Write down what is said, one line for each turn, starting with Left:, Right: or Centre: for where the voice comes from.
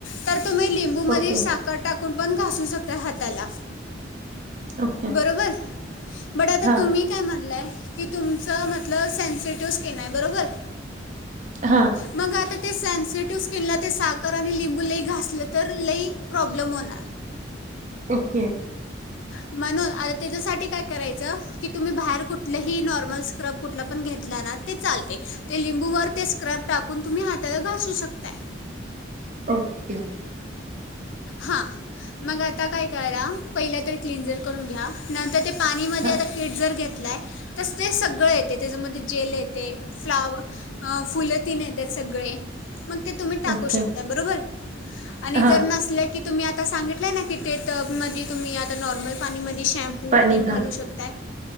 Left: तर तुम्ही लिंबूमध्ये
Right: ओके
Left: साख क टाकून पण घासू शकताय पण हाताला.
Right: ओके
Left: बरोबर बट आता
Right: हां
Left: तुम्ही काय म्हणलंय की तुमचं मतल सेनसिटिव स्किन आहे बरोबर?
Right: हां.
Left: मग आता ते सेन्सिटिव स्किनला ते साखर आणि लिंबू लई घासलं तर लई प्रॉब्लेम होणार?
Right: ओके!
Left: म्हणून आ तेच्यासाठी काय करायचं की तुम्ही बाहेर कुठलंही नॉर्मल स्क्रब कुठला पण घेतला ना ते चालतय. ते लिंबूवर ते स्क्रब टाकून तुम्ही हाताला घासू शकताय?
Right: ओके!
Left: हा मग आता काय करा पहिला तर ते क्लिंजर करून घ्या. नंतर पाणी मध्ये
Right: हां
Left: आता किट जर घेतलाय. तस ते सगळं येते त्याच्यामध्ये जेल येते, फ्लाव अ फुल तीन येत्यात सगळे मग ते तुम्ही टाकू
Right: ओके
Left: शकताय बरोबर. आणि
Right: हां
Left: जर नसल्या की तुम्ही आता सांगितलंय ना की ते टब मध्ये तुम्ही आता नॉर्मल पाणीमध्ये शॅम् पू
Right: पाणी
Left: तीन घालू
Right: हां
Left: शकताय.